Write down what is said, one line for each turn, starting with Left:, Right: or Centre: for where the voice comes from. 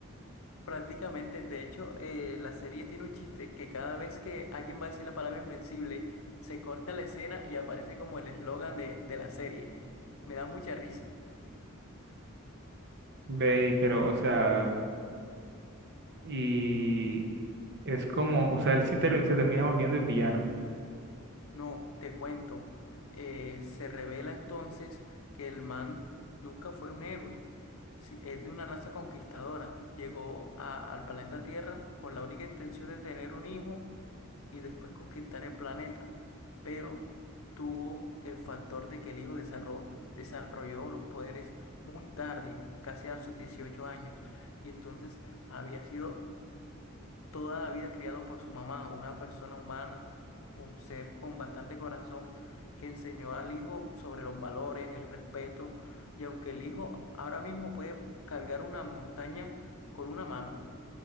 Left: Prácticamente, de hecho, eh, la serie tiene un chiste que cada vez que alguien va a decir la palabra invencible, se corta la escena y aparece como el eslogan de, de la serie. Me da mucha risa.
Right: Ve, pero, o sea. y es como, o sea, él sí ter- se termina volviendo el villano.
Left: No, te cuento. Eh, se revela entonces que el man nunca fue un héroe. Sí, es de una raza conquistadora. Llegó a- al planeta Tierra con la única intención de tener un hijo y después conquistar el planeta, pero tuvo el factor de que el hijo desarrolló, desarrolló los poderes muy tarde, casi a sus 18 años, y entonces había sido toda la vida criado por su mamá, una persona humana, un ser con bastante corazón, que enseñó al hijo sobre los valores, el respeto, y aunque el hijo ahora mismo puede cargar una montaña con una mano,